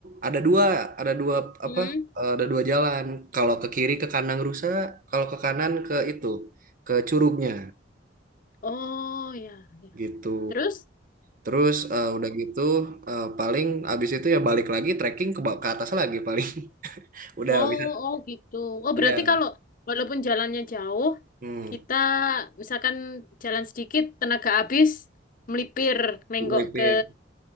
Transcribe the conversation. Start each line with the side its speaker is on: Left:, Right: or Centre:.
Right: ada dua ada dua
Left: Mm.
Right: apa eh, ada dua jalan kalau ke kiri ke kanan rusa kalau ke kanan ke itu ke curugnya
Left: Oh, ya, ya.
Right: gitu
Left: Terus?
Right: terus eh, udah gitu eh, paling habis itu ya balik lagi trekking ke ba- ke atas lagi paling <laughs> udah
Left: Oh,
Right: bisa
Left: oh gitu. Oh,
Right: iya
Left: berarti kalau walaupun jalannya jauh,
Right: hmm,
Left: kita misalkan jalan sedikit, tenaga habis, melipir, menggok
Right: melipir
Left: ke